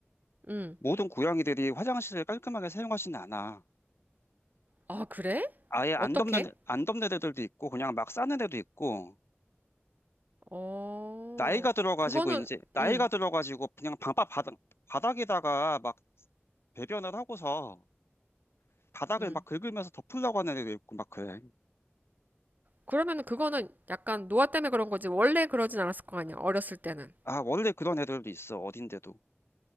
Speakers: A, on the right; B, on the left.
A: 응.
B: 모든 고양이들이 화장실을 깔끔하게 사용하지는 않아.
A: 아 그래?
B: 아예 안
A: 어떻게?
B: 덮는, 안 덮는 애들도 있고 그냥 막 싸는 애도 있고
A: 어
B: 나이가 들어가지고
A: 그거는
B: 이제 나이가
A: 응
B: 들어가지고 그냥 방바 바닥 바닥에다가 막 배변을 하고서 바닥을
A: 응.
B: 막 긁으면서 덮으려고 하는 애도 있고 막 그래.
A: 그러면은 그거는 약간 노화 때문에 그런 거지 원래 그러진 않았을 거 아니야 어렸을 때는.
B: 아 원래 그런 애들도 있어 어딘데도.